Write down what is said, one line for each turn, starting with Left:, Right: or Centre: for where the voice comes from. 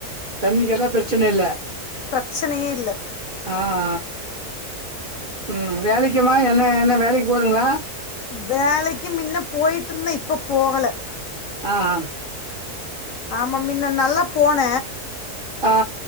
Right: தண்ணிக்கெல்லா பிரச்சன இல்ல
Left: பிரச்சனையே இல்ல
Right: ஆ அ ம் வேலைக்கமா என்ன என்ன வேலைக் போதுங்ளா
Left: வேலைக்கு மின்ன போயிட்ருந்த இப்ப போகல
Right: அ அ
Left: ஆமா மின்ன நல்லா போன
Right: ஆ